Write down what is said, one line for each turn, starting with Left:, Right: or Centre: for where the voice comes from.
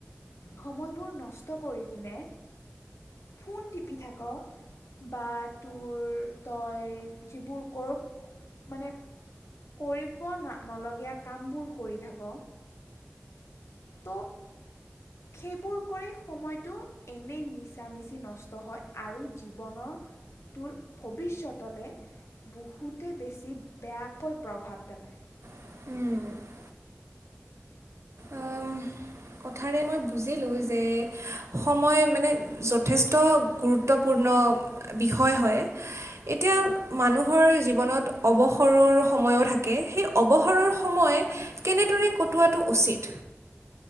Left: সময়বোৰ নষ্ট কৰি কিনে ফোন টিপি থাক বা তুৰ তই যিবোৰ কৰ মানে কৰিব নলগীয়া কামবোৰ কৰি থাক। ত, সেইবোৰ কৰি সময়টো এনেই মিছা মিছি নষ্ট হয় আৰু জীৱনৰ তুৰ ভৱিষ্যতলে বহুতে বেছি বেয়াকৈ প্ৰভাৱ পেলায়।
Right: <inaudible> আম, কথাৰে মই বুজিলোঁ যে সময় মানে যথেষ্ট গুৰুত্বপূৰ্ণ বিষয় হয় এতিয়া মানুহৰ জীৱনত অৱসৰৰ সময়ো থাকে সেই অৱসৰৰ সময় কেনেদৰে কটোৱাটো উচিত।